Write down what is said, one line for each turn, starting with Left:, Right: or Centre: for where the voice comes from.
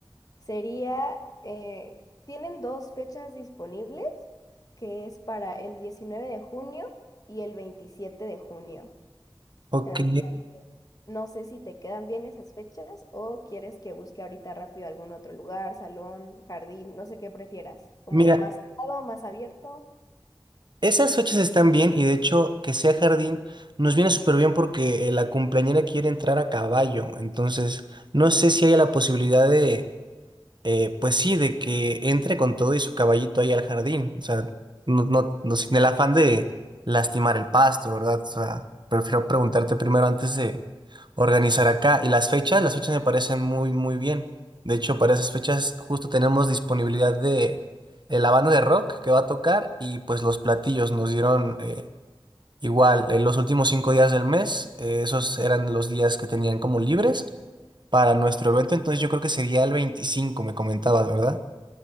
Left: Sería, eh, tienen dos fechas disponibles, que es para el 19 de junio y el 27 de junio.
Right: Ok.
Left: Ento- no sé si te quedan bien esas fechas o quieres que busque ahorita rápido algún otro lugar, salón, jardín, no sé qué prefieras, como
Right: Mira,
Left: más cerrado, más abierto.
Right: Esas fechas están bien y de hecho que sea jardín nos viene súper bien porque eh, la cumpleañera quiere entrar a caballo. Entonces, no sé si haya la posibilidad de eh, pues sí, de que entre con todo y su caballito ahí al jardín. O sea, no, no, no sin el afán de lastimar el pasto, ¿verdad? O sea, prefiero preguntarte primero antes de organizar acá. Y las fechas, las fechas me parecen muy, muy bien. De hecho, para esas fechas justo tenemos disponibilidad de, de la banda de rock que va a tocar y pues los platillos nos dieron eh, igual en los últimos cinco días del mes. eh, esos eran los días que tenían como libres. Para nuestro evento, entonces yo creo que sería el veinticinco. me comentabas, ¿verdad?